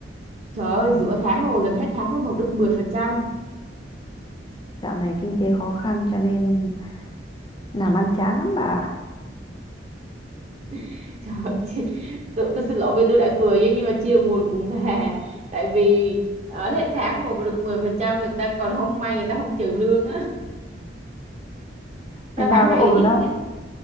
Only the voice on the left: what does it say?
dạo này kinh tế khó khăn cho nên làm ăn chán lắm bà ạ.
Thế
bà
có
ổn
không